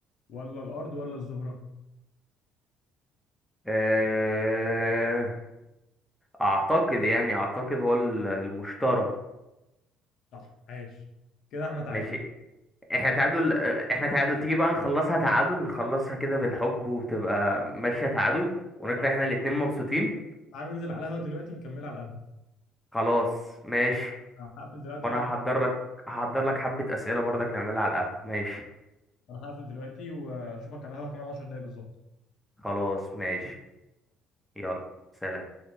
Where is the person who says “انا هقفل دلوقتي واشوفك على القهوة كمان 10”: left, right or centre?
Left